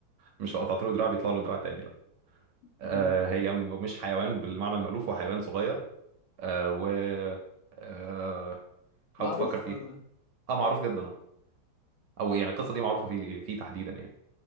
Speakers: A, on the right (about 70°); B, on the left (about 85°).
A: مش لو قطعت له دراع بيطلع له دراع تاني لا آه
B: أمم.
A: هي م- مش حيوان بالمعنى المألوف هو حيوان صغير آه و آه حاول
B: معروف
A: تفكر فيها
B: والله
A: اه معروف جدا آه. او يعني القصه دي معروفه فيه فيه تحديدا يعني